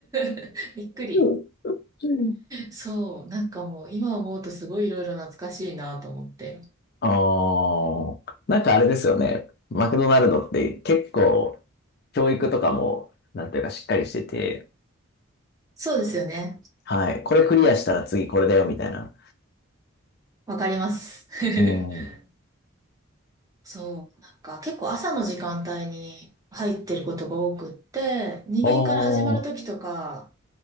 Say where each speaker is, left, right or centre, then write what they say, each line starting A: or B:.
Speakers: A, on the right; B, on the left.
A: <laughs> びっくり。
B: うんうん
A: そう、なんかもう今思うとすごいいろいろ懐かしいなと思って。
B: ああ、なんかあれですよね。マクドナルドって結構、教育とかも、なんていうか、しっかりしてて、
A: そうですよね。
B: はい。これクリアしたら次これだよ、みたいな。
A: わかります。<laughs>
B: うん。あ
A: そう、なんか結構朝の時間帯に入ってることが多くって、2限から始まる時とか、
B: あ、